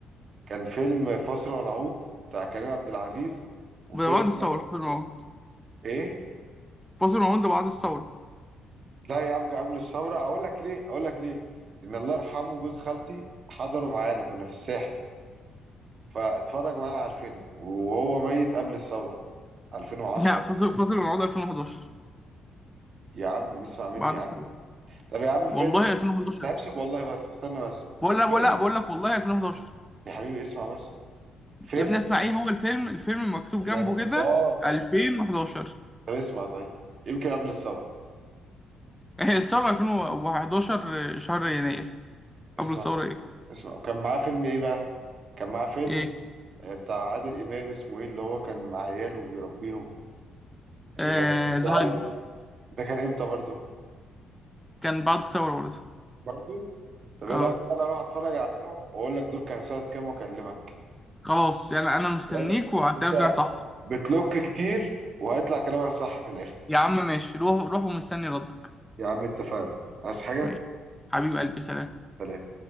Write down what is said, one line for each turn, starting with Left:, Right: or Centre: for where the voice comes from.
Right: كان فيلم فاصل ونعود بتاع كريم عبد العزيز وفيلم
Centre: ده بعد الثورة فاصل الموعود
Right: ايه
Centre: فاصل الموعود ده بعد الثورة
Right: لا يا عم كان قبل الثوره اقول لك ليه اقول لك ليه ان الله يرحمه جوز خالتي حضروا معانا كنا في الساحل فاتفرج معانا على الفيلم وهو ميت قبل الثوره 2010
Centre: لا فاصل فاصل الموعود 2011
Right: يا عم اسمع مني
Centre: بعد
Right: يا
Centre: الثورة
Right: عم طب يا عم فيلم
Centre: والله 2011
Right: ده هفسب والله بس استنى بس
Centre: بقول لك
Right: فيلم
Centre: بقول لك بقول لك والله 2011
Right: يا حبيبي اسمع بس فيلم
Centre: يا ابني اسمع ايه هو الفيلم الفيلم مكتوب
Right: لا
Centre: جنبه
Right: اله الا
Centre: كده
Right: الله
Centre: 2011
Right: طب اسمع طيب يمكن قبل الثوره
Centre: هي الثورة 2011 <laughs> شهر يناير
Right: اسمع
Centre: قبل الثورة
Right: طيب
Centre: ايه
Right: اسمع وكان معاه فيلم ايه بقى كان معاه فيلم
Centre: ايه
Right: آه، بتاع عادل إمام اسمه إيه اللي هو كان مع عياله وبيربيهم
Centre: آه
Right: اللي كان الزهايمر
Centre: زهايمر
Right: ده كان إمتى برضه؟
Centre: كان بعد الثورة برضه
Right: برضه؟ طب
Centre: اه
Right: إيه رأيك بقى أروح أتفرج عليهم وأقول لك دول كان سنة كام وأكلمك
Centre: خلاص يعني انا مستنيك
Right: تمام؟
Centre: وهعترف
Right: أنت
Centre: ان انا صح
Right: بتلوك كتير وهيطلع كلامك صح في الآخر
Centre: يا عم ماشي روح روح ومستني ردك
Right: يا عم اتفقنا عايز حاجة؟
Centre: ماشي حبيب قلبي سلام
Right: سلام